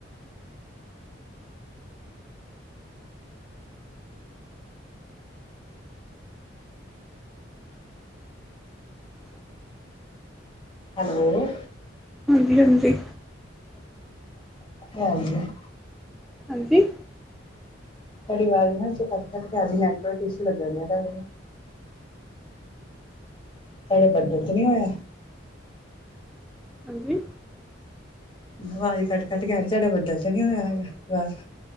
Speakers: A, on the left; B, in the centre.
A: ਹੈਲੋ
B: ਹਾਂਜੀ-ਹਾਂਜੀ।
A: <unintelligible>
B: ਹਾਂਜੀ
A: ਤੁਹਾਡੀ ਵਾਜ਼ ਨਾ ਵਿਚੋਂ ਕੱਟ-ਕੱਟ ਕੇ ਆ ਰਹੀ, ਨੈੱਟਵਰਕ ਇਸ਼ੂ ਲੱਗਣ ਡਿਆ ਤੁਹਾਡੇ ਤੁਹਾਡੇ ਬੱਦਲ ਤੇ ਨੀਂ ਹੋਇਆਂ?
B: ਹਾਂਜੀ
A: ਆਵਾਜ਼ ਕੱਟ-ਕੱਟ ਕੇ ਆ ਰਹੀ, ਤੁਹਾਡੇ ਬੱਦਲ ਤਾਂ ਨੀਂ ਹੋਇਆ ਹੈਗਾ ਬਾਹਰ?